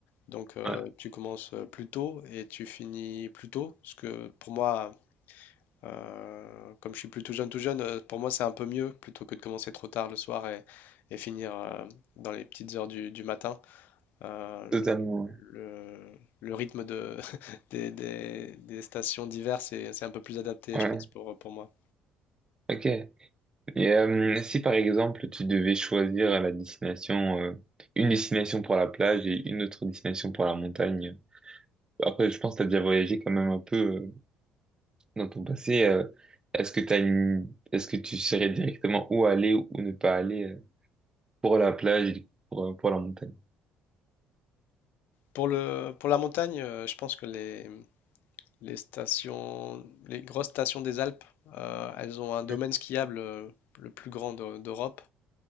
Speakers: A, on the left; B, on the right.
A: Donc euh,
B: Ouais,
A: tu commences euh, plus tôt et tu finis plus tôt. Parce que pour moi, euh, comme je suis plutôt jeune tout jeune, euh, pour moi c'est un peu mieux plutôt que de commencer trop tard le soir et, et finir euh, dans les petites heures du du matin euh,
B: totalement.
A: le, le- le rythme de, <laughs> des, des- des stations d'hiver, c'est, c'est un peu plus adapté,
B: Ouais.
A: je
B: Ouais.
A: pense, pour, pour moi.
B: Ok. Et euh, si par exemple tu devais choisir la destination, euh, une destination pour la plage et une autre destination pour la montagne. Après, je pense que t'as déjà voyagé quand même un peu euh, dans ton passé. euh, est-ce que t'as une... est-ce que tu saurais directement où aller ou ne pas aller? euh, pour la plage et du coup, pour, euh, pour la montagne.
A: Pour le, pour la montagne, euh, je pense que les, les stations, les grosses stations des Alpes, euh, elles ont un domaine
B: Oui.
A: skiable euh, le plus grand d'E- d'Europe.